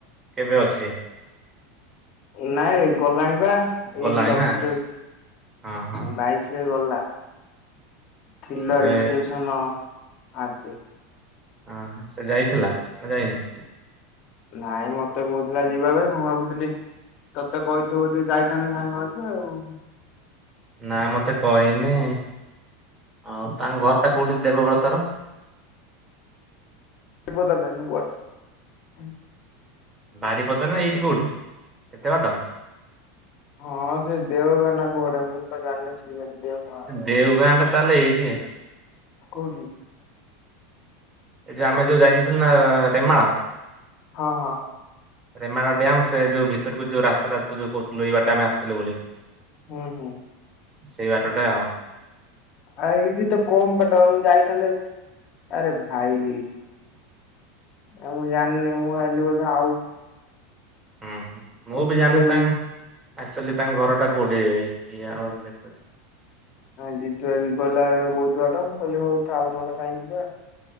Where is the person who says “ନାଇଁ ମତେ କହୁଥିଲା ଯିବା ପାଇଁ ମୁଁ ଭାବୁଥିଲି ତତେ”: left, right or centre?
Left